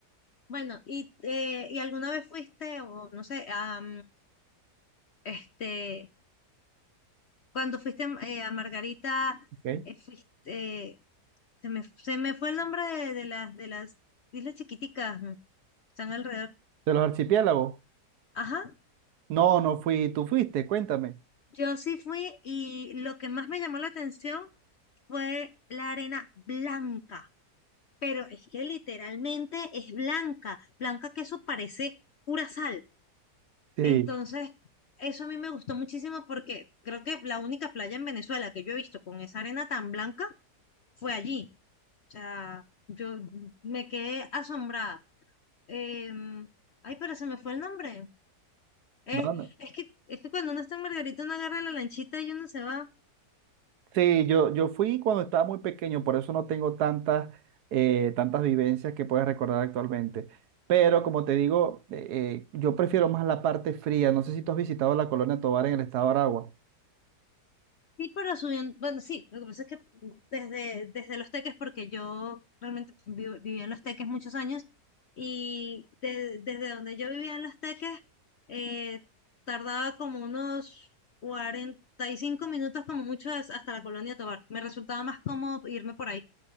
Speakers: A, on the left; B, on the right.
A: Bueno, y, eh, ¿y alguna vez fuiste, o no sé, a, Este, cuando fuiste eh, a Margarita,
B: ¿ok? De
A: eh, fuiste, eh, se me, se me fue el nombre de, de las de las islas chiquiticas, mm, están alrededor.
B: los archipiélagos.
A: Ajá,
B: No, no fui, tú fuiste, cuéntame.
A: yo sí fui y lo que más me llamó la atención fue la arena blanca, pero es que literalmente es blanca, blanca que eso parece pura sal.
B: Sí.
A: Entonces, eso a mí me gustó muchísimo porque creo que la única playa en Venezuela que yo he visto con esa arena tan blanca fue allí. O sea, yo me quedé asombrada. Em, ay, pero se me fue el nombre. Es,
B: No, no.
A: es que, es que cuando uno está en Margarita, uno agarra la lanchita y uno se va.
B: Sí, yo, yo fui cuando estaba muy pequeño, por eso no tengo tantas, eh, tantas vivencias que puedes recordar actualmente. Pero como te digo, eh, eh, yo prefiero más la parte fría. No sé si tú has visitado la Colonia Tovar en el estado de Aragua.
A: Sí, pero subiendo, bueno, sí, lo que pasa es que desde, desde Los Teques, porque yo realmente vi- viví en Los Teques muchos años, y de- desde donde yo vivía en Los Teques, eh, tardaba como unos 45 minutos como mucho as- hasta la Colonia Tovar. Me resultaba más cómodo irme por ahí.